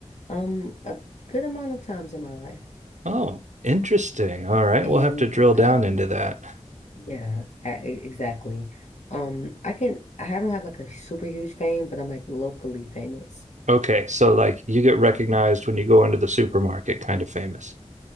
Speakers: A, on the left (about 70°); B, on the right (about 80°).
A: um a good amount of times in my life.
B: Oh, interesting. All right,
A: And
B: we'll have to drill down
A: um
B: into that.
A: yeah, I, e- exactly. Um, I can I don't have like a super huge fame, but I'm like locally famous
B: Okay, so like you get recognized when you go into the supermarket, kind of famous.